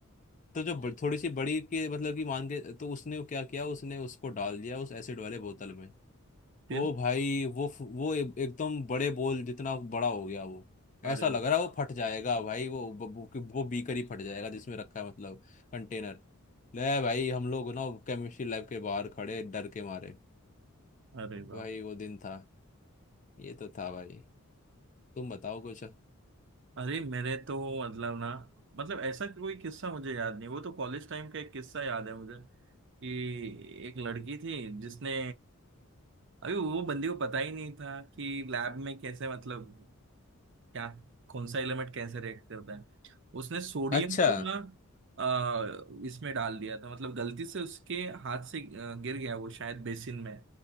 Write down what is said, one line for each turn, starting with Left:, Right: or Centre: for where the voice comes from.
Left: तो जो ब- थोड़ी सी बड़ी के मतलब कि मान के तो उसने क्या किया उसने उसको डाल दिया उस एसिड वाले बोतल में
Right: फिर
Left: ओ भाई वो फ- वो ए- एकदम बड़े बोल जितना बड़ा हो गया वो
Right: अरे
Left: ऐसा लग
Right: वाह
Left: रहा है वो फट जाएगा भाई वो ब- वो, कि- वो बीकर ही फट जाएगा जिसमें रखा है मतलब कंटेनर ले भाई हम लोग ना केमिस्ट्री लैब के बाहर खड़े डर के मारे
Right: अरे वाह
Left: भाई वो दिन था ये तो था भाई तुम बताओ कुछ
Right: अरे मेरे तो मतलब ना मतलब ऐसा कोई किस्सा मुझे याद नहीं वो तो कॉलेज टाइम का एक किस्सा याद है मुझे कि एक लड़की थी जिसने अभी वो बंदी को पता ही नहीं था कि लैब में कैसे मतलब क्या कौन सा एलिमेंट कैसे रिएक्ट करता है उसने सोडियम
Left: अच्छा
Right: को ना अ, इसमें डाल दिया था मतलब गलती से उसके हाथ से अ, गिर गया वो शायद बेसिन में